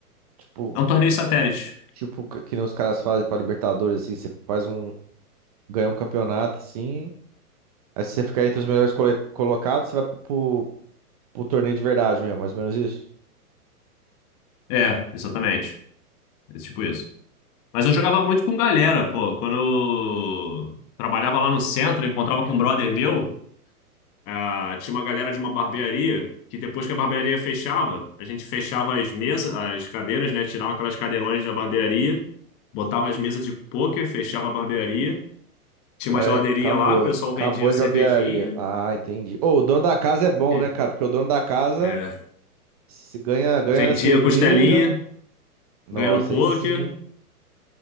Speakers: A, on the right; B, on the left.
A: Tipo,
B: É um torneio satélite.
A: tipo que que nem os caras fazem pra Libertadores, assim, você faz um... ganha um campeonato, assim, Aí se você ficar entre os melhores cole- colocados, você vai pro, pro, pro torneio de verdade mesmo, mais ou menos isso.
B: É, exatamente. É tipo isso. Mas eu jogava muito com galera, pô. Quando eu trabalhava lá no centro, eu encontrava com um brother meu, Ah, tinha uma galera de uma barbearia que depois que a barbearia fechava, a gente fechava as mesas, as cadeiras, né? Tirava aquelas cadeirões da barbearia, botava as mesas de pôquer, fechava a barbearia. Tinha uma
A: É,
B: geladeirinha
A: acabou.
B: lá, o pessoal vendia
A: Acabou
B: cervejinha,
A: de barbearia. Ah, entendi. Ô, o dono da casa é bom,
B: e-
A: né, cara? Porque o dono da casa
B: é,
A: se ganha, ganha
B: vendia
A: na cerveja.
B: costelinha,
A: Nossa,
B: ganhando pôquer.
A: aí sim.